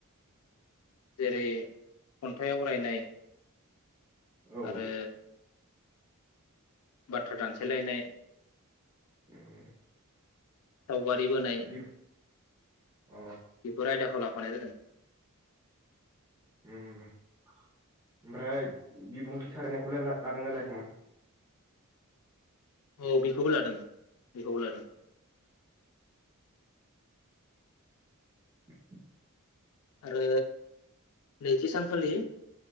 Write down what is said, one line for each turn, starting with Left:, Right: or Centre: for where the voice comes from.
Left: जेरै खन्थाइ आवरायनाय
Right: औ उम औ
Left: आरो बाथ्रा दानथेलायनाय
Right: उम
Left: सावगारि बोनाय
Right: बि अ
Left: बेफोर आयदाखौ लाफानाय जादों।
Right: उम ओ ओमफ्राय बिबुंथि सारनायखौलाय ला लादोंना लायाखैमोन?
Left: औ बेखौबो लादों बेखौबो लादों।
Right: <unintelligible>
Left: आरो नैथि सान खालि